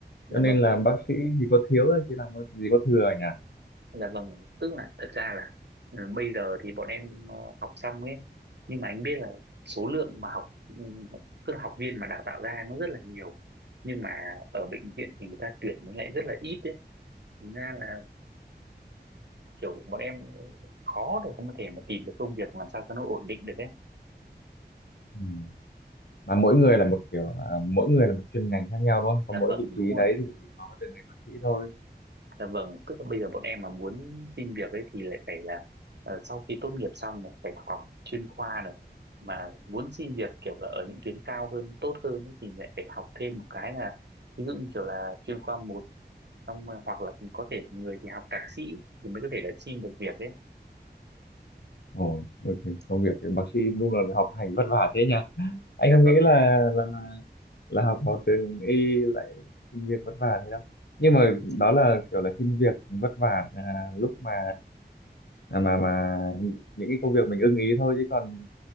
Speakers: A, on the right; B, on the left.
A: dạ
B: Cho nên
A: vâng.
B: là bác sĩ thì có thiếu thì làm có- gì có thừa nhỉ?
A: Dạ vâng, tức là thật ra là ừ, bây giờ thì bọn em ờ, học xong ấy, nhưng mà anh biết là số lượng mà học ừ, tức là học viên mà đào tạo ra nó rất là nhiều. Nhưng mà ở bệnh viện thì người ta tuyển nó lại rất là ít ấy. Thành ra là kiểu bọn em khó để có thể mà tìm được công việc làm sao cho nó ổn định được ấy.
B: Ừ. Mà mỗi người là một kiểu, à, mỗi người là một chuyên ngành khác nhau đúng không?
A: Dạ
B: Còn mỗi
A: vâng,
B: vị trí
A: đúng
B: đấy
A: rồi.
B: thì chỉ có từng người bác sĩ thôi.
A: Dạ vâng, tức là bây giờ bọn em mà muốn xin việc ấy thì lại phải là ờ, sau khi tốt nghiệp xong này phải học chuyên khoa này mà muốn xin việc kiểu là ở những tuyến cao hơn tốt hơn ấy, thì lại phải học thêm một cái là ví dụ như kiểu là chuyên khoa một xong rồi hoặc là có thể người thì học thạc sĩ thì mới có thể là xin được việc ấy.
B: Ồ, ok. công việc thì bác sĩ đúng là học hành vất vả thế nhỉ?
A: Dạ
B: Anh không
A: vâng.
B: nghĩ là là là học vào trường y lại xin việc vất vả thế đâu nhưng mà đó là kiểu là xin việc vất vả à, lúc mà à, mà mà những cái công việc mình ưng ý thôi chứ còn